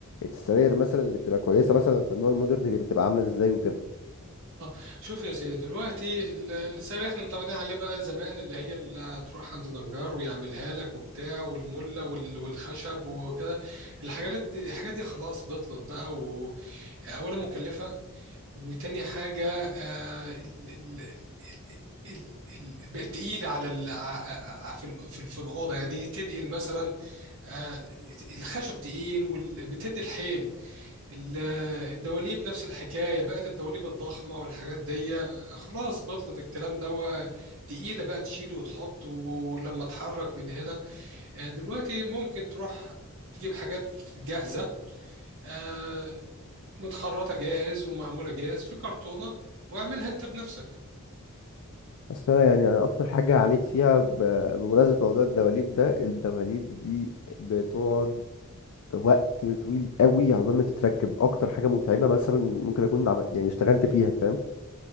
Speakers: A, on the left; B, on the right.
A: السراير مثلا اللي بتبقى كويسه مثلا في النوع المودرن بتبقى عامله ازاي وكده
B: اه شوف يا سيدي دلوقتي ال- السعر اللي احنا متعودين عليه بقى زمان اللي هي اللي تروح عند نجار ويعملها لك وبتاع والمله وال- والخشب وكده الحاجات دي الحاجات دي خلاص بطلت بقى واولا مكلفه وتاني حاجة آه، ال ال ال ال ال- بقت تقيلة على ال ع- ع- في ال في, ال في الأوضة يعني تنقل مثلا آه، الخشب تقيل وبتدي الحيل ال- الدواليب نفس الحكاية بقت الدواليب الضخمة والحاجات دي آه، خلاص بطلت الكلام ده تقيلة بقى تشيل وتحط ولما تحرك من هنا آه، دلوقتي ممكن تروح تجيب حاجات جاهزة آه، متخرطة جاهز ومعمولة جاهز في كرتونة واعملها انت بنفسك
A: بس انا يعني أنا اكتر حاجه عانيت فيها ب- بمناسبه موضوع الدواليب ده الدواليب دي بتقعد وقت طويل قوي عقبال ما تتركب اكتر حاجه متعبه مثلا ممكن اكون عمل يعني اشتغلت فيها فاهم